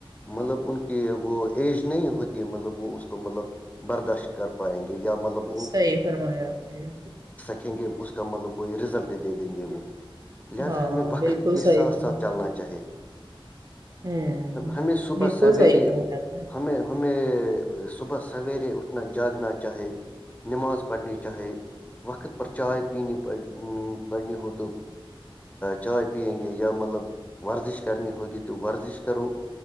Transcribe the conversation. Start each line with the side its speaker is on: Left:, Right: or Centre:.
Left: مطلب ان کی وہ ایج نہیں ہوتی مطلب وہ اس کو مطلب برداشت کر پائیں گے یا مطلب
Right: صحیح فرمایا نے آپ نے
Left: رکھیں گے اس کا مطلب کوئی رزلٹ دے دیں گے وہ لہذا
Right: ہاں
Left: ہمیں وقت
Right: بالکل
Left: کے
Right: صحیح
Left: ساتھ
Right: فرمایا
Left: ساتھ چلنا چاہیے
Right: ہوں
Left: ہمیں صبح
Right: بالکل
Left: سویرے
Right: صحیح فرمایا آپ نے
Left: ہمیں ہمیں صبح سویرے اٹھنا جاگنا چاہے نماز پڑنی چاہے وقت پر چائے پینی پڑنی ہوں پڑنی ہو تو چائے پیئیں گے یا مطلب ورزش کرنی ہوگی تو ورزش کرو